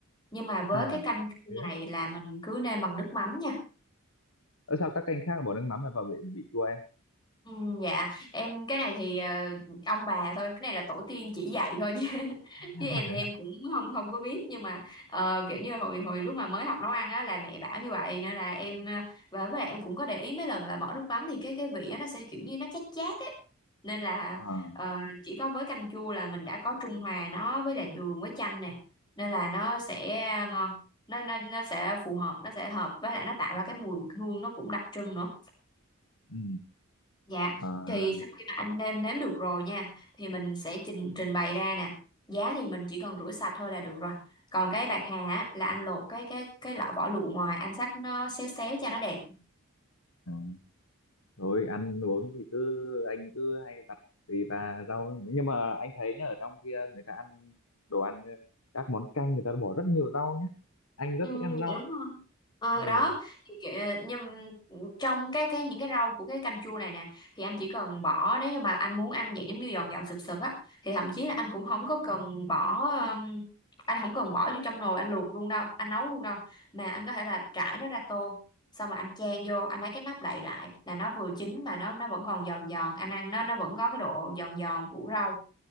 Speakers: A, on the left; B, on the left.
A: Nhưng mà với
B: à
A: cái canh chua
B: thế á.
A: này là mình cứ nêm bằng nước mắm nha.
B: Ơ sao các canh khác bỏ nước mắm là vào bị bị chua em
A: Ừ, dạ em cái này thì ờ, ông bà thôi cái này là tổ tiên chỉ dạy thôi chứ <laughs>
B: <laughs>
A: chứ em
B: thế
A: thì em
B: hả?
A: cũng không không có biết nhưng mà ờ, kiểu như hồi hồi lúc mà mới học nấu ăn á là mẹ bảo như vậy nên là em ờ, và với lại em cũng có để ý mấy lần là bỏ nước mắm thì cái cái vị á nó sẽ kiểu như nó chát chát ấy nên là
B: à
A: ờ, chỉ có với canh chua là mình đã có trung hòa nó với lại đường với chanh nè nên là nó sẽ ngon nó nó nó sẽ phù hợp nó sẽ hợp với lại nó tạo ra cái mùi hương nó cũng đặc trưng nữa
B: ừ
A: Dạ,
B: à,
A: thì sau khi mà anh nêm nếm được rồi nha, thì mình sẽ trình trình bày ra nè. Giá thì mình chỉ cần rửa sạch thôi là được rồi. Còn cái bạc hà á, là anh lột cái cái cái lọ vỏ lụa ngoài, anh xắt nó xéo xéo cho nó đẹp.
B: à. rồi ăn uống thì cứ anh cứ hay vặt tùy và rau nhưng mà anh thấy nhá ở trong kia người ta ăn đồ ăn các món canh người ta bỏ rất nhiều rau nhá anh rất
A: Ừ,
B: thích ăn rau
A: dạ đúng Ờ,
B: ừ
A: đó thì kiểu, nhưng trong cái cái những cái rau của cái canh chua này nè thì anh chỉ cần bỏ nếu như mà anh muốn ăn vậy giống như giòn giòn sực sực á thì thậm chí là anh cũng không có cần bỏ um, anh không cần bỏ vô trong nồi anh luộc luôn đâu anh nấu luôn đâu mà anh có thể là trải nó ra tô xong rồi anh chan vô anh lấy cái nắp đậy lại là nó vừa chín mà nó nó vẫn còn giòn giòn anh ăn nó nó vẫn có cái độ giòn giòn của rau